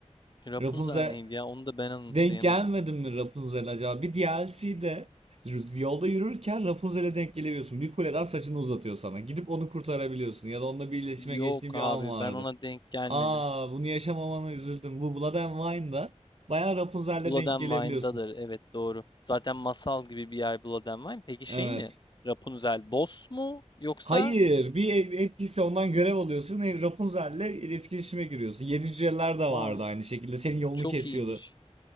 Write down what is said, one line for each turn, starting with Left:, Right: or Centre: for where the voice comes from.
Left: Rapunzel
Right: Rapunzel
Left: neydi ya? Onu da ben anımsayamadım.
Right: Denk gelmedin mi Rapunzel acaba? Bir DLC'de yolda yürürken Rapunzel'e denk gelebiliyorsun. Bir kuleden saçını uzatıyor sana. Gidip onu kurtarabiliyorsun. Ya da onunla bir iletişime geçtiğin
Left: Yok
Right: bir
Left: abi
Right: an vardı.
Left: ben ona denk gelmedim.
Right: Aa bunu yaşamamana üzüldüm. Bu Blood and Wine'da bayağı Rapunzel'le
Left: Blood
Right: denk
Left: and
Right: gelebiliyorsun.
Left: Evet doğru. Zaten masal gibi bir yer Blood and Peki şey
Right: Evet.
Left: mi? Rapunzel boss mu? Yoksa?
Right: Hayır, bir NPC ondan görev alıyorsun. e, Rapunzel'le iletişime giriyorsun. Yedi cüceler de vardı
Left: Ay
Right: aynı şekilde. Senin yolunu
Left: çok
Right: kesiyordu.
Left: iyiymiş.